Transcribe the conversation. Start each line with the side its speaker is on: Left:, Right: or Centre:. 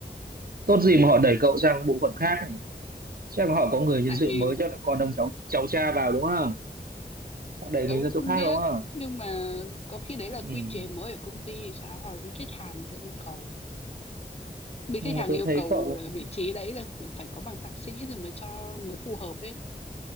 Right: tốt gì mà họ đẩy cậu sang bộ phận khác nhỉ? chắc là họ có người nhân
Left: tại
Right: sự
Left: vì
Right: mới chắc là con ông cháu cháu cha vào đúng không họ đẩy
Left: tớ
Right: mình
Left: cũng
Right: ra
Left: không
Right: chỗ khác
Left: biết
Right: đúng không
Left: nhưng mà có khi đấy là
Right: ừ.
Left: quy chế mới ở công ty thì sao hoặc là bên khách hàng người ta yêu cầu bên
Right: nhưng
Left: khách hàng
Right: mà tôi
Left: yêu
Right: thấy
Left: cầu
Right: cậu
Left: là vị trí đấy là kiểu phải có bằng thạc sĩ thì mới cho mới phù hợp ấy